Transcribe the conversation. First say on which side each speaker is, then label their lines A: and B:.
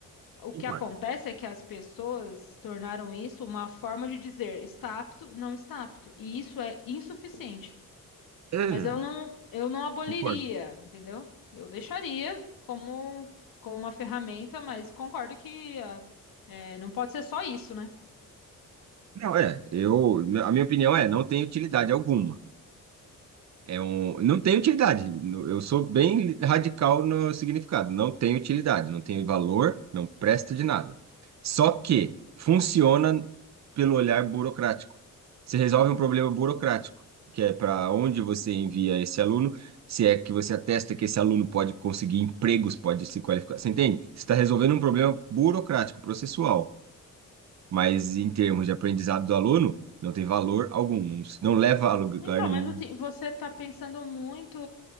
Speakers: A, on the left; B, on the right.
A: O que
B: concordo.
A: acontece é que as pessoas tornaram isso uma forma de dizer está apto, não está apto, e isso é insuficiente.
B: É,
A: Mas eu não, eu não aboliria,
B: Concordo.
A: entendeu? Eu deixaria como, como uma ferramenta, mas concordo que ah, é, não pode ser só isso, né?
B: Não, é, eu, a minha opinião é, não tem utilidade alguma. É um, não tem utilidade. Eu sou bem radical no significado. Não tem utilidade, não tem valor, não presta de nada. Só que funciona pelo olhar burocrático. Você resolve um problema burocrático, que é para onde você envia esse aluno, se é que você atesta que esse aluno pode conseguir empregos, pode se qualificar. Você entende? Você está resolvendo um problema burocrático, processual. Mas em termos de aprendizado do aluno, não tem valor algum, não, não leva a lugar
A: Então,
B: nenhum.
A: mas assim, você está pensando muito